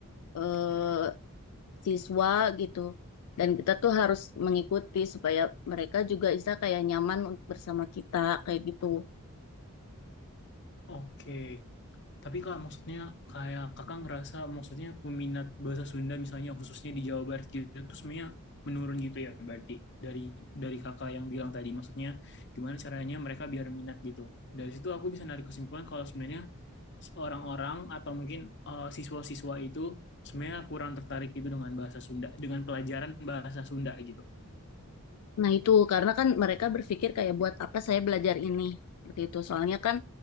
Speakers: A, on the left; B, on the left.
A: eh, siswa gitu. Dan kita tuh harus mengikuti supaya mereka juga bisa kayak nyaman untuk bersama kita kayak gitu.
B: oke Tapi Kak, maksudnya kayak kakak ngerasa maksudnya peminat bahasa Sunda misalnya khususnya di Jawa Barat gitu itu sebenarnya menurun gitu ya berarti dari dari kakak yang bilang tadi maksudnya gimana caranya mereka biar minat gitu. Dari situ aku bisa narik kesimpulan kalau sebenarnya orang-orang atau mungkin eh, siswa-siswa itu sebenarnya kurang tertarik gitu dengan bahasa Sunda, dengan pelajaran bahasa Sunda gitu.
A: Nah, itu karena kan mereka berpikir kayak buat apa saya belajar ini seperti itu. Soalnya kan